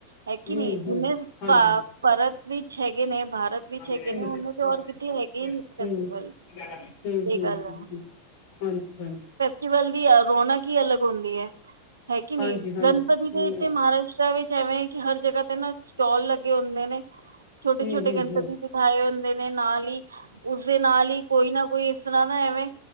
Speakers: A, on the right (about 75°); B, on the left (about 45°).
A: ਹੈ
B: ਹਮ
A: ਕੀ ਨੀ, ਜਿੰਨੇ
B: ਹਮ ਹਾਂਜੀ
A: ਪਾ ਪਰਤ ਵਿੱਚ ਹੈਗੇ ਨੇ, ਭਾਰਤ ਵਿੱਚ
B: ਹੂੰ-ਹੂੰ-ਹੂੰ-ਹੂੰ-ਹੂੰ-ਹੂੰ
A: ਹੈਗੇ ਨੇ ਓਨੇ ਤਾਂ ਔਰ ਕਿਤੇ ਹੈਗੇ ਹੀ ਨਹੀਂ ਫੈਸਟੀਵਲ ਇਹ ਗੱਲ
B: <unintelligible> ਹਾਂਜੀ-ਹਾਂਜੀ।
A: ਵੱਲ ਦੀ ਰੌਣਕ ਈ ਅਲੱਗ ਹੁੰਦੀ ਐ, ਹੈ ਕੀ ਨੀ,
B: ਹਾਂਜੀ, ਹਾਂਜੀ,
A: ਗਣਪਤੀ ਦੇ ਇੱਥੇ
B: ਹੂੰ,
A: ਮਹਾਰਾਸ਼ਟਰਾ ਵਿੱਚ ਐਵੇਂ ਕਿ ਹਰ ਜਗ੍ਹਾ ਤੇ ਨਾ ਸਟੋਲ ਲੱਗੇ ਹੁੰਦੇ ਨੇ, ਛੋਟੇ-ਛੋਟੇ
B: ਹੂੰ, ਹੂੰ,
A: ਗਣਪਤੀ
B: ਹੂੰ, ਹੂੰ। ਹੂੰ, ਹੂੰ,
A: ਦੇ ਠਾਏ ਹੁੰਦੇ ਨੇ, ਨਾਲ ਹੀ ਉਸਦੇ ਨਾਲ ਹੀ ਕੋਈ ਨਾ ਕੋਈ ਤਣਾ ਨਾ ਐਵੇਂ,